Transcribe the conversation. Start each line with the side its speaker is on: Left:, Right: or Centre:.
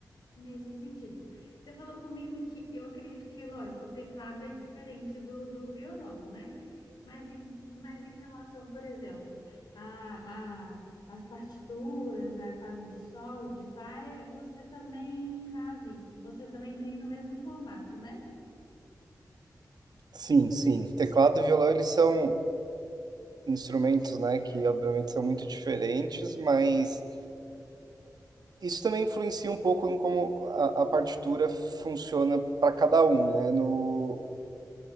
Left: Nesse sentido. Você falou comigo que eu acredito que, lógico, o teclado é diferente do, do violão, né? Mas em, mas em relação, por exemplo, a, a, as partituras, a clave de sol, de fá, é- você também faz isso. Você também tem no mesmo formato, né?
Right: Sim, sim. Teclado e violão, eles são instrumentos, né, que obviamente são muito diferentes, mas Isso também influencia um pouco em como a, a partitura funciona para cada um, né? No,